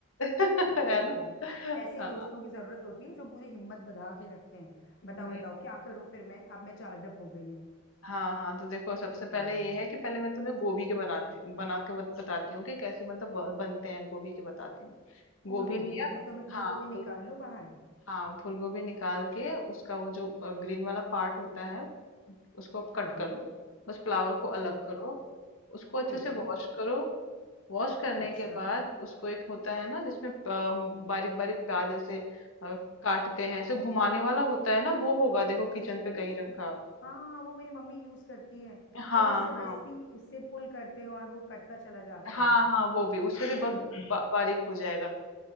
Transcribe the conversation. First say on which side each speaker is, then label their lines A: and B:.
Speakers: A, on the left; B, on the left.
A: <laughs>
B: हाँ चलो
A: है ना
B: यार ऐसे ही
A: हाँ
B: दोस्तों की जरूरत होती है जो पूरी हिम्मत बधा के रखे हैं
A: हम्म,
B: बताओ बताओ क्या करूं फिर मैं अब मैं चार्जअप हो गई हूँ
A: हाँ हाँ तो देखो सबसे पहले
B: बोलो
A: ये है कि पहले मैं तुम्हें गोभी के बनाती बना के बत, बताती हूँ कि कैसे मतलब ब- बनते हैं गोभी के बताती हूँ गोभी
B: फूल गोभी
A: लिया
B: के ना तो मैं फूल
A: हाँ
B: गोभी
A: फूल
B: निकाल
A: गोभी
B: लूं बाहर
A: हाँ फूल गोभी निकाल के उसका वो जो ग्रीन वाला पार्ट होता है उसको आप
B: हाँ
A: कट
B: हाँ
A: कर लो बस फ्लावर को अलग
B: ठीक
A: करो
B: है
A: उसको अच्छे
B: ठीक
A: से
B: है
A: वॉश करो वॉश करने
B: अच्छा
A: के बाद उसको एक होता है ना जिसमें बारीक बारीक प्याज ऐसे अ, काटते हैं ऐसे घुमाने वाला होता है ना वो होगा देखो किचन
B: अरे
A: पे कहीं रखा
B: हाँ हाँ वो मेरी मम्मी यूज करती है
A: हाँ
B: वो जिससे
A: हाँ
B: रस्सी से पुल करते हैं और वो कटता चला जाता
A: हाँ
B: है
A: हाँ वो भी उससे
B: ओ
A: भी बहुत बा, बारीक हो जाएगा